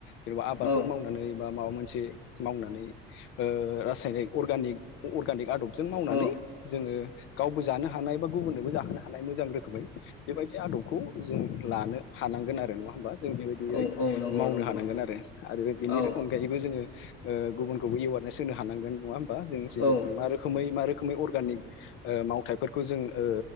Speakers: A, on the left; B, on the left.
A: जेनेबा आबादफोर
B: औ
A: मावनानै बा माबा मोन से मावनानै ओ रासायनिक अरगानिक अरगानिक आदब जों मावनानै
B: औ
A: जोङो गावबो जानो हानाय बा गुबुननोबो जाहोनो हानाय मोजां रोखोमै बेबायदि आदबखौ जों लानो हानांगोन आरो नङा होमबा? जों बेबायदियै
B: औ औ नंगौ
A: मावनो
B: नंगौ
A: हानांगोन आरो आरो बेनि
B: औ
A: अनगायैबो जोङो ओ गुबुनखौबो एवारनेस होनो हांगोन नङा होमबा जों जेरखम
B: औ
A: मा रोखोमै मा रो खोमै अर्गानिक ओ मावथाइफोरखौ जों ओ